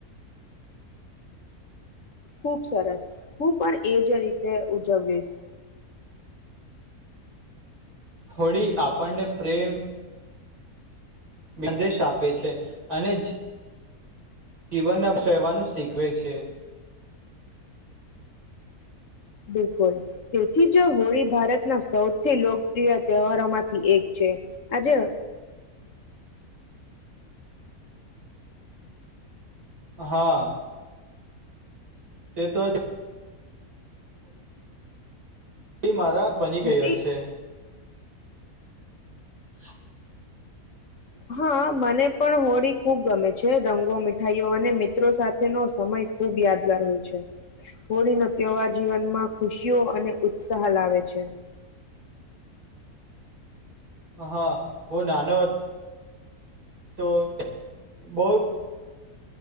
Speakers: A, on the left; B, on the right.
A: ખુબ સરસ હું પણ એજ રીતે ઉજવીવીશ
B: હોળી આપણને પ્રેમ સંદેશ આપે છે અને જીવનના રહેવાનું શીખવે છે.
A: બિલકુલ તેથી જ હોળી ભારતના સૌથી લોકપ્રિય તહેવારો માંથી એક છે આજે
B: હા. તે તો જ એ મારાજ બની ગયો
A: હોળી
B: છે. તો
A: હા મને પણ હોળી ખૂબ ગમે છે રંગો મીઠાઈઓ અને મિત્રો સાથેનો સમય ખૂબ યાદગાર હોય છે હોળીનો તહેવાર જીવનમાં ખુશીઓ અને ઉત્સાહ લાવે છે.
B: હા હું નાનો હ તો બહુ